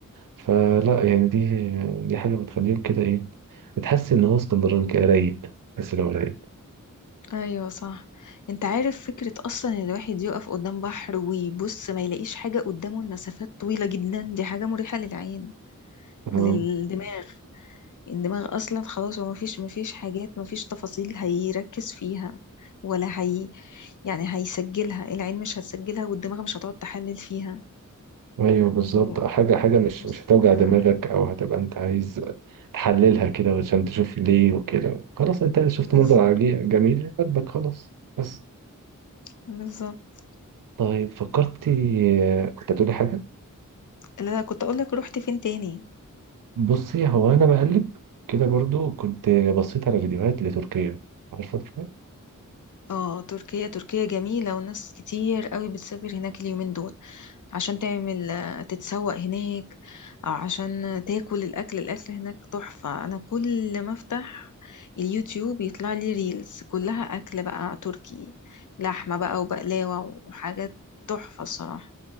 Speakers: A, on the right; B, on the left.
A: فلا يعني دي دي حاجة بتخليهم كده ايه بتحس ان هو اسكندراني كده رايق بس لو رايق
B: ايوه صح انت عارف فكرة اصلا ان الواحد يقف قدام بحر ويبص ما يلاقيش حاجة قدامه المسافات طويلة جدا دي حاجة مريحة للعين وللدماغ
A: اه
B: الدماغ اصلا خلاص هو مفيش مفيش حاجات مفيش تفاصيل هيركز فيها ولا هي يعني هيسجلها العين مش هتسجلها والدماغ مش هتقعد تحلل فيها
A: ايوه بالظبط
B: هو
A: آه، حاجة حاجة مش
B: بيبص
A: مش هتوجع
B: كده
A: دماغك او هتبقى انت عايز تحللها كده عشان تشوف ليه وكده خلاص انت شفت
B: بالظبط
A: منظر عجي- جميل عجبك خلاص بس
B: بالظبط
A: طيب فكرتي كنت هتقولي حاجة
B: لا كنت اقول لك رحت فين تاني
A: بصي هو انا بقلب كده برضو كنت بصيت على فيديوهات لتركيا عارفة تركيا؟
B: اه تركيا تركيا جميلة وناس كتير قوي بتسافر هناك اليومين دول عشان تعمل آه، تتسوق هناك او عشان تاكل الاكل الاكل هناك تحفة انا كل ما افتح اليوتيوب يطلع لي ريلز كلها اكل بقى تركي لحمة بقى وبقلاوة وحاجات تحفة الصراحة